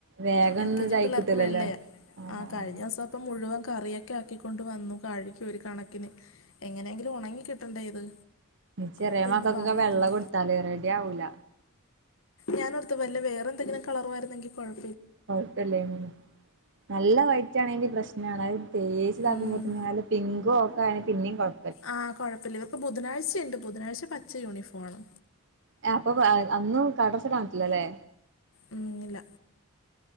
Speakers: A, on the right; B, on the left.
A: വേഗം
B: എൽ
A: ഒന്നും
B: കെ
A: ഇതായി
B: ജി പിള്ളാർക്ക്
A: കിട്ടൂലല്ലോ
B: വെള്ളയാ
A: അതാ
B: ആ കഴിഞ്ഞസം
A: ആഹ്
B: അപ്പം മുഴുവൻ കറിയൊക്കെ ആക്കിക്കൊണ്ട് വന്നു കഴുകി ഒരു കണക്കിന് എങ്ങനെയെങ്കിലും ഉണങ്ങി കിട്ടണ്ടേ ഇത്
A: ചെറിയ
B: അപ്പം
A: മക്കക്കൊക്കെ
B: ഇന്ന് ഭാഗ്യത്തിന്
A: വെള്ള കൊടുത്തല് റെഡി ആവൂല.
B: ഞാനടുത്ത് വല്ല വേറെ എന്തെങ്കിലും കളറുവഴിരുന്നെങ്കി കൊയ്
A: കൊയപ്പലെനി നല്ല വെയ്റ്റാനാഗി പ്രശ് പിന്നെയാണ തേച് ഇതാക്കുമ്പോത്തിനും
B: ഉം
A: പിങ്ക് ഒക്കെ ആന്നെ പിന്നിം കൊയ്
B: ആഹ് കൊയപ്പല്ല ഇത്പ്പോ ബുധനാഴ്ചണ്ട് ബുധനയിച്ച പച്ച യൂണിഫോ ആണ്
A: ഏ അപ്പൊ അ അന്നും <unintelligible> കാന്ച്ചില്ലല്ലേ
B: ഉം ഇല്ല